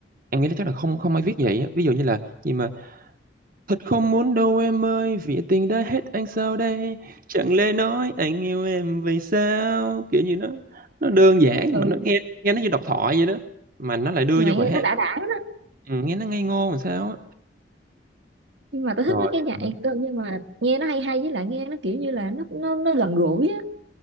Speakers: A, on the right; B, on the right.
A: em nghĩ là chắc là không không ai viết vậy á. Ví dụ như là gì mà thật không muốn đâu em ơi vì tình đã hết anh sao đây chẳng lẽ nói anh yêu em vậy sao kiểu như nó nó đơn giản
B: ừ
A: mà nó nghe nghe nó như độc thoại vậy đó mà nó lại đưa
B: như vậy
A: vô bài
B: nghe
A: hát
B: nó đã đã lắm
A: ừ, nghe nó ngây ngô làm sao á
B: nhưng mà tôi thích
A: rồi
B: mấy cái nhạc
A: hả?
B: cơ nhưng mà nghe nó hay hay với lại nghe nó kiểu như là nó nó nó gần gũi á